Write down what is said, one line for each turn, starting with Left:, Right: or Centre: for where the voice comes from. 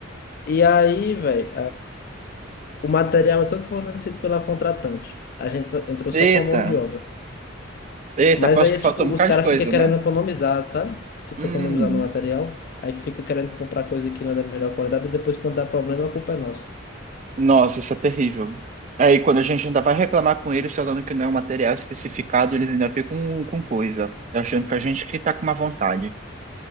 Left: E aí, velho, o material é todo fornecido pela contratante. A gente fa- entrou
Right: Eita,
Left: só com a mão de obra.
Right: eita,
Left: Mas
Right: parece
Left: aí
Right: que
Left: é
Right: faltou
Left: tipo,
Right: um bocado
Left: os caras
Right: de coisa,
Left: ficam querendo
Right: né?
Left: economizar, sabe? Tipo,
Right: Hum,
Left: economizar no material. Aí que fica querendo comprar coisa que não é da melhor qualidade e depois quando dá problema a culpa é nossa.
Right: nossa, isso é terrível. Aí quando a gente ainda vai reclamar com eles falando que não é um material especificado, eles ainda ficam com coisa, achando que a gente que tá com uma vontade.